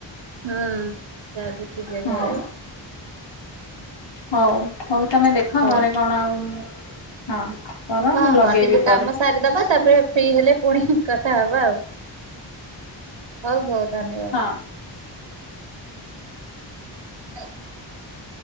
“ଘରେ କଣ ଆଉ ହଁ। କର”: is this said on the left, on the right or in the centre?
Left